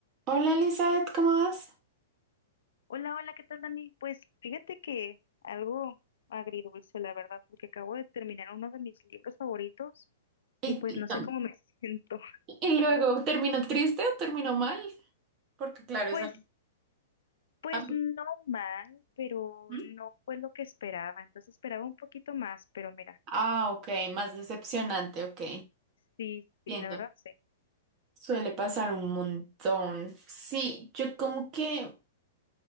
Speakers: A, on the right; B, on the left.
A: Hola Elizabeth, ¿cómo vas?
B: Hola, hola, ¿qué tal, Dani? Pues fíjate que algo agridulce, la verdad, porque acabo de terminar uno de mis libros favoritos
A: Y,
B: y pues
A: Y
B: no sé cómo me <laughs> siento.
A: y luego, ¿terminó triste o terminó mal? Porque claro,
B: Pues,
A: es algo-
B: pues
A: a mí-
B: no mal, pero
A: ¿Mm?
B: no fue lo que esperaba. Entonces esperaba un poquito más, pero mira,
A: Ah, ok, más decepcionante, ok,
B: sí, sí,
A: entiendo.
B: la verdad sí.
A: Suele pasar un montón. Sí, yo como que